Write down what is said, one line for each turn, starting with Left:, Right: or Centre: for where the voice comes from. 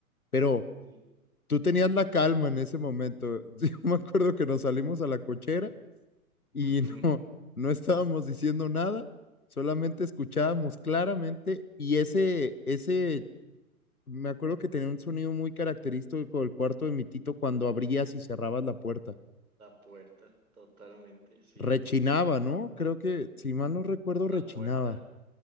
Left: pero
Right: Sí.
Left: tú tenías la calma en ese momento. <laughs> Yo me acuerdo que nos salimos a la cochera y
Right: ujú,
Left: <laughs> no, no estábamos diciendo nada, solamente escuchábamos claramente y ese, ese, me acuerdo que tenía un sonido muy característico del cuarto de mi tito cuando abrías y cerrabas la puerta.
Right: La puerta, totalmente, sí.
Left: Rechinaba, ¿no? Creo que, si mal no recuerdo,
Right: La
Left: rechinaba.
Right: puerta.